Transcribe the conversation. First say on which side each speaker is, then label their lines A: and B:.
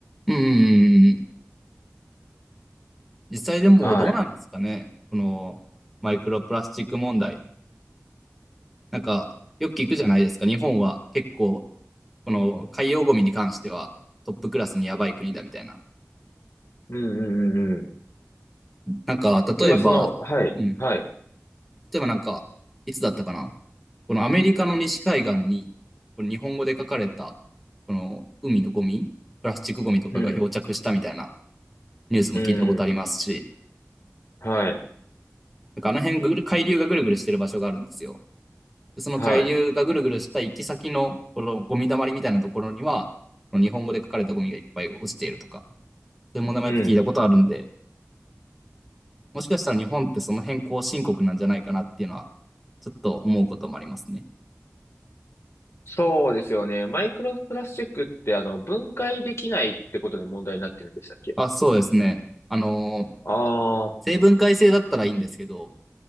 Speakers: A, in the centre; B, on the left (about 60°).
A: うん。実際でもどうなんですかね。
B: はい。
A: この、マイクロプラスチック問題。なんか、よく聞くじゃないですか。日本は結構、この海洋ゴミに関してはトップクラスにやばい国だみたいな。
B: うんうんうんうん。
A: なんか、
B: 今その、
A: 例えば、
B: はい、
A: うん。
B: はい。
A: 例えばなんか、いつだったかな。このアメリカの西海岸に、この日本語で書かれた、この海のゴミ、プラスチックゴミとかが漂着したみたいな
B: うん、
A: ニュースも聞いたことありますし、
B: うん、はい、
A: なんかあの辺ぐる、海流がぐるぐるしてる場所があるんですよ。でその海流がぐるぐるした行き先の、
B: はい。
A: このゴミ溜まりみたいなところには、この日本語で書かれたゴミがいっぱい落ちているとか、そういう問題もやっぱ聞いたことあるんで、
B: うん。
A: もしかしたら日本ってその辺後進国なんじゃないかなっていうのは、ちょっと思うこともありますね。
B: そうですよね。マイクロプラスチックってあの分解できないってことで問題になってるんでしたっけ
A: あ、そうですね。あのー、
B: ああ、
A: 成分解性だったらいいんですけど、